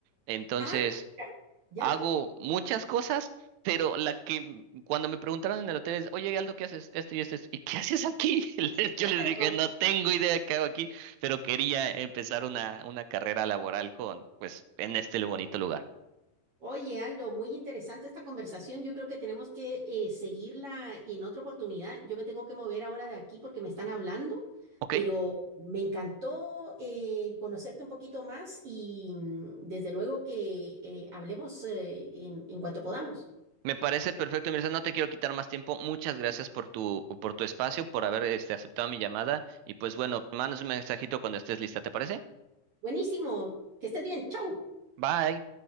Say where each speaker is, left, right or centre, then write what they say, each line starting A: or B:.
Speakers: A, on the right; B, on the right.
A: Entonces,
B: Ah, ya,
A: hago muchas cosas, pero la que m- cuando me preguntaron en el hotel es, oye, Aldo, ¿qué haces? Esto y esto, esto. ¿Y qué haces aquí? <laughs> Les- Yo
B: claro.
A: les dije, no tengo idea de qué hago aquí, pero quería empezar una, una carrera laboral con, pues, en este bonito lugar.
B: Oye, Aldo, muy interesante esta conversación. Yo creo que tenemos que eh, seguirla en otra oportunidad. Yo me tengo que mover ahora de aquí porque me están hablando,
A: ¿Ok?
B: pero me encantó eh, conocerte un poquito más y mm, desde luego que eh, hablemos eh, en, en cuanto podamos.
A: Me parece perfecto, Mirza. No te quiero quitar más tiempo. Muchas gracias por tu, por tu espacio, por haber este, aceptado mi llamada. Y pues bueno, mandas un mensajito cuando estés lista, ¿te parece?
B: Buenísimo, que estés bien. Chau.
A: Bye.